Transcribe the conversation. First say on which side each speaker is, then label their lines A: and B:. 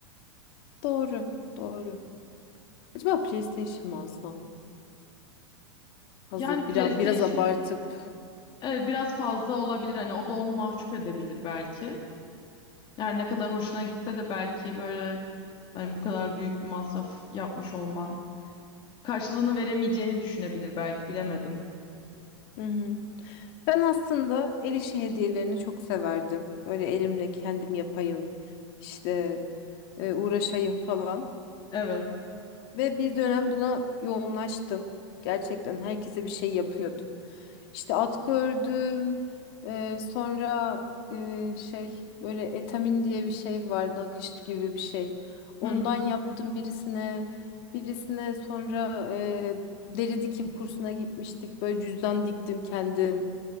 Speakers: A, on the left; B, on the left.
A: doğru doğru. Acaba PlayStation mı alsam? Hazır
B: Yani PlayStation
A: biraz, biraz abartıp.
B: evet biraz fazla olabilir. Hani o da onu mahcup edebilir belki. Yani ne kadar hoşuna gitse de belki böyle hani bu kadar büyük bir masraf yapmış olman karşılığını veremeyeceğini düşünebilir belki bilemedim.
A: Hı hı. Ben aslında el işi hediyelerini çok severdim. Böyle elimle kendim yapayım, işte e, uğraşayım falan.
B: Evet.
A: Ve bir dönem buna yoğunlaştım. Gerçekten herkese bir şey yapıyordum. İşte atkı ördüm. Ee, sonra e, şey böyle etamin diye bir şey var. Nakış gibi bir şey. Ondan
B: Hı hı.
A: yaptım birisine. Birisine sonra e, deri dikim kursuna gitmiştik. Böyle cüzdan diktim kendim.